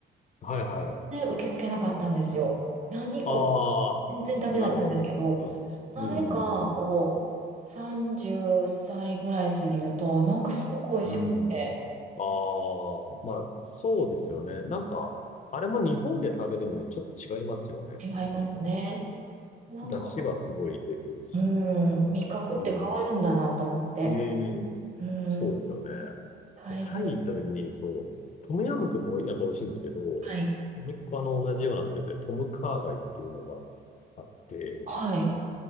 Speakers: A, on the left; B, on the right.
A: はいはい。
B: 全然受け付けなかったんですよ。何こ
A: ああ、
B: れ全然ダメだったんですけど、
A: なるほど。わかります。
B: なぜか、
A: うんうん。
B: こう、30歳ぐらい過ぎると、なんかすごく美味しくて、
A: うん。ああ、まあ、そうですよね。なんか、あれも日本で食べるのにちょっと違いますよね。
B: 違いますね。
A: なんか、
B: なんか、
A: 出汁はすごい出てるし。
B: うん、味覚って変わるんだなと思って。
A: うん。うん。
B: うん、
A: そうですよね。
B: 大量。
A: でタイ行った時に、そう、トムヤムクンもやっぱ美味しいんですけど、も
B: はい。
A: う一個あの同じようなスープでトムカーガイっていうのがあって、
B: はい。